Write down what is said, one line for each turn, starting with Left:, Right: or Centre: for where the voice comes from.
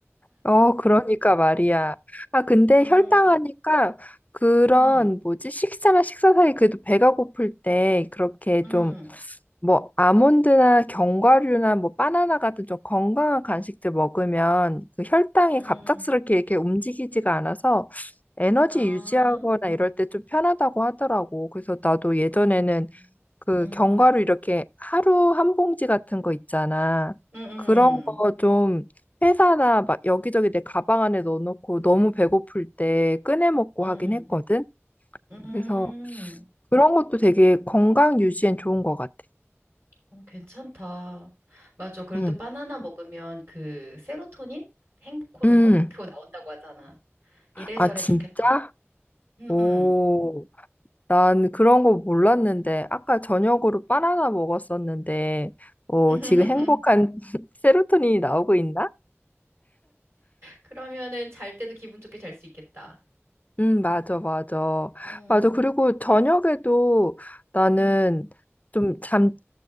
Left: 어, 그러니까 말이야. 아, 근데
Right: 음,
Left: 혈당하니까 그런
Right: 음,
Left: 뭐지? 식사나 식사 사이 그래도 배가 고플 때 그렇게
Right: 음,
Left: 좀 뭐 아몬드나 견과류나 뭐 바나나 같은 좀 건강한 간식들 먹으면 그 혈당이
Right: 음,
Left: 갑작스럽게 이렇게 움직이지가 않아서 에너지
Right: 아,
Left: 유지하거나 이럴 때 좀 편하다고 하더라고. 그래서 나도 예전에는
Right: 아,
Left: 그
Right: 음,
Left: 견과류 이렇게 하루 한 봉지 같은 거 있잖아.
Right: 음, 음,
Left: 그런 거 좀 회사나 막 여기저기 내 가방 안에 넣어놓고 너무 배고플 때 꺼내 먹고
Right: 음,
Left: 하긴 했거든.
Right: 음.
Left: 그래서 그런 것도 되게 건강 유지엔 좋은 것 같아.
Right: 어, 괜찮다. 맞아. 그리고
Left: 응.
Right: 또 바나나 먹으면 그 세로토닌? 행복 호르몬?
Left: 음.
Right: 그거 나온다고 하잖아. 이래저래
Left: 아, 진짜?
Right: 좋겠다. 응응.
Left: 오, 난 그런 거 몰랐는데, 아까 저녁으로 바나나 먹었었는데, 어,
Right: <laughs>
Left: 지금 행복한 <laughs> 세로토닌이 나오고 있나?
Right: 그러면은 잘 때도 기분 좋게 잘 수 있겠다.
Left: 음, 맞아, 맞아.
Right: 음,
Left: 맞아. 그리고 저녁에도 나는
Right: 음,
Left: 좀 잠,